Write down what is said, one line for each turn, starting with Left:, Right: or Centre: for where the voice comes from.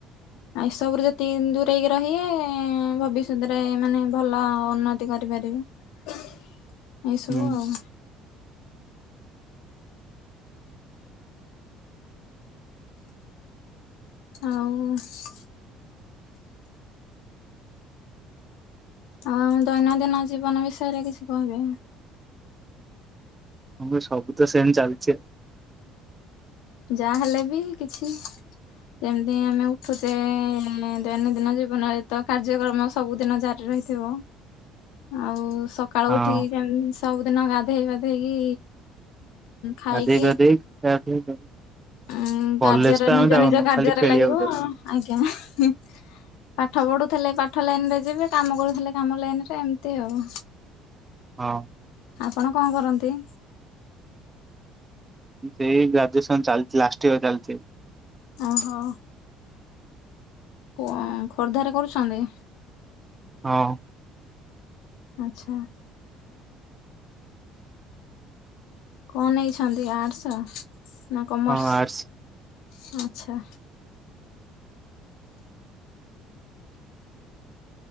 Left: ଏସବୁରେ ଯେତିକି ଦୂରେଇ କି ରହିବେ, ଭବିଷ୍ୟତରେ ମାନେ ଭଲ ଉନ୍ନତି କରିପାରିବେ। ଏଇ ସବୁ
Right: ହୁଁ
Left: ଆଉ। ଆଉ। ଆଉ ଆମ ଦୈନନ୍ଦିନ ଜୀବନ ବିଷୟରେ କିଛି କହିବେ?
Right: ହଁ ସବୁ ତ ସେମ୍ ଚାଲିଚି ଆ।
Left: ଯାହା ହେଲେ ବି କିଛି ଯେମିତି ଆମେ ଉଠୁଛେ, ଦୈନନ୍ଦିନ ଜୀବନରେ ତ କାର୍ଯ୍ୟକ୍ରମ ସବୁଦିନ ଚା ରହିଥିବ। ଆଉ ସ ସକାଳୁ
Right: ହଁ
Left: ଉଠିକି ଯେମ୍ ସବୁଦିନ ଗାଧେଇ ପାଧେଇକି ଖାଇକି
Right: ଗାଧେଇ ପାଧେଇ <unintelligible>
Left: ଉଁ
Right: କଲେଜ
Left: କାର୍ଯ୍ୟରେ
Right: ତ
Left: ନିଜ
Right: ଆମେ ଯାଉନୁ
Left: ନିଜ କାର୍ଯ୍ୟରେ
Right: ଖାଲି ଖେଳିବାକୁ
Left: ଲାଗିବ।
Right: ଯାଉ
Left: ଆଜ୍ଞା। ପାଠ ପଢୁଥିଲେ ପାଠ ଲାଇନ ରେ ଯିବେ। କାମ କରୁଥିଲେ କାମ ଲାଇନରେ, ଏମିତି ଆଉ।
Right: ହଁ।
Left: ଆପଣ କଣ କରନ୍ତି?
Right: ସେଇ ଗ୍ରାଜୁଏସନ୍ ଚାଲିଚି, ଲାଷ୍ଟ ଇୟର୍ ଚାଲିଚି।
Left: ଓହୋ। କଣ ଖୋର୍ଦ୍ଧାରେ କରୁଛନ୍ତି?
Right: ହଁ।
Left: ଆଚ୍ଛା। କଣ ନେଇଛନ୍ତି ଆର୍ଟସ ନା କମର୍ସ
Right: ହଁ ଆର୍ଟସ
Left: ଆଚ୍ଛା।